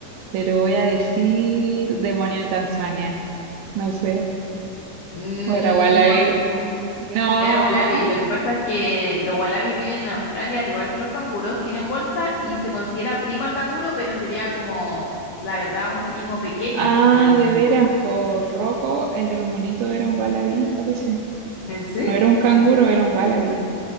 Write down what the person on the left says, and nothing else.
Mm,
No.
Era wallaby. Lo que pasa es que los wallabies viven en Australia al igual que los canguros, tienen bolsa y se considera primo al canguro, pero sería como, la verdad, un primo pequeño
del canguro.
¿En serio?